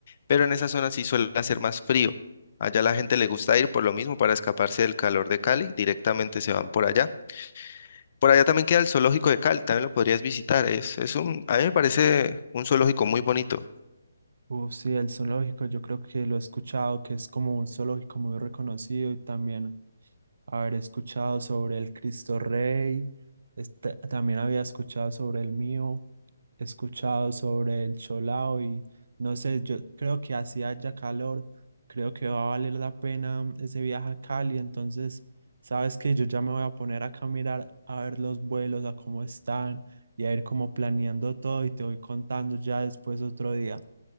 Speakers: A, on the left; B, on the right.
A: pero en esa zona sí suele hacer más frío. Allá la gente le gusta ir por lo mismo para escaparse del calor de Cali, directamente se van por allá. Por allá también queda el zoológico de Cali, también lo podrías visitar. Es, es un, a mí me parece un zoológico muy bonito.
B: Uf, sí, el zoológico, yo creo que lo he escuchado, que es como un zoológico muy reconocido y también haber escuchado sobre el Cristo Rey, este, también había escuchado sobre el mío escuchado sobre el Cholao y no sé, yo creo que así haya calor, creo que va a valer la pena mm, ese viaje a Cali, entonces, sabes que yo ya me voy a poner acá a mirar, a ver los vuelos, a cómo están y a ir como planeando todo y te voy contando ya después otro día.